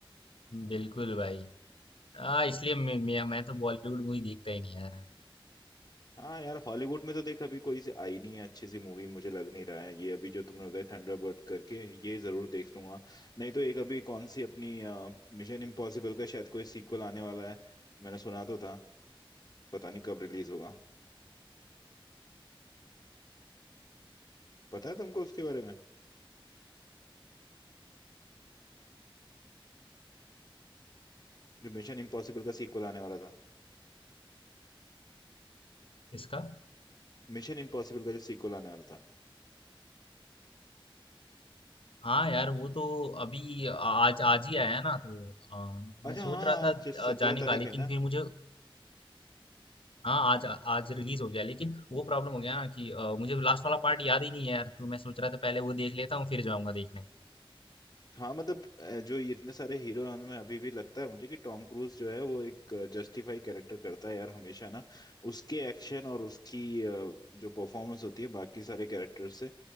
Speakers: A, on the left; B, on the left.
A: बिल्कुल भाई हाँ इसलिए मैं मैं, मैं तो बॉलीवुड मूवी देखता ही नहीं यार
B: हाँ यार हॉलीवुड में तो देख अभी कोई से आई नहीं है अच्छी सी मूवी मुझे लग नहीं रहा है ये अभी जो तुमने बताया थंडरबर्ड करके ये जरूर देख लूंगा नहीं तो एक अभी कौन सी अपनी मिशन इम्पॉसिबल का शायद कोई सीक्वल आने वाला है मैंने सुना तो था पता नहीं कब रिलीज होगा पता है तुमको उसके बारे में जो मिशन इम्पॉसिबल का सीक्वल आने वाला था
A: किसका
B: मिशन इम्पॉसिबल का जो सीक्वल आने वाला था
A: हाँ यार वो तो अभी आज आज ही आया ना तो आ,
B: अच्छा
A: मैं सोच
B: हाँ
A: रहा
B: आज
A: था
B: सत्रह
A: आ, जाने
B: तारीख
A: का लेकिन
B: है ना
A: फिर मुझे हाँ आज आज रिलीज हो गया लेकिन वो प्रॉब्लम हो गया ना कि अ, मुझे लास्ट वाला पार्ट याद ही नहीं है यार तो मैं सोच रहा था पहले वो देख लेता हूँ फिर जाऊंगा देखने
B: हाँ मतलब अ, जो ये इतने सारे हीरो में अभी भी लगता है मुझे कि टॉम क्रूज जो है वो एक जस्टिफाई कैरेक्टर करता है यार हमेशा ना उसके एक्शन और उसकी अ, जो परफॉर्मेंस होती है बाकी सारे कैरेक्टर से